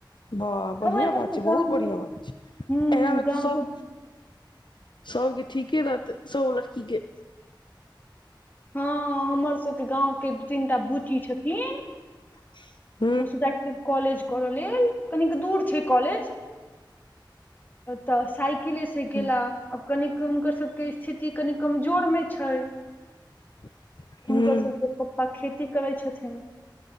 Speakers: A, on the left; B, on the left.
A: वाह बढ़िआँ
B: हमरा
A: बात
B: सबके
A: छै बहुत
B: गाँव
A: बढ़िआँ
B: मे
A: बात छै
B: हूँ
A: तै एत
B: गाँव
A: सब सबके ठीके रहतै सब लड़की के
B: हँ हमर सबके भाँव के दू तीनटा बुची छथिन
A: <inaudible>
B: ओ सब जाइ छै कॉलेज करऽ लेल कनिक दूर छै कॉलेज तऽ साइकिल से गेले
A: हूँ
B: आब कन हुनकर सभके स्थिति कनि कमजोर मे छै
A: <inaudible>
B: हुनकर
A: हँ
B: सभसँ पप्पा खेती करै छथिन